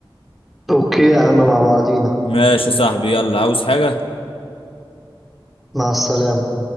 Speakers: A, in the centre; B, on the left (about 85°).
A: اوكي يا عم مع بعضينا
B: ماشي يا صاحبي يلا عاوز حاجة
A: مع السلامة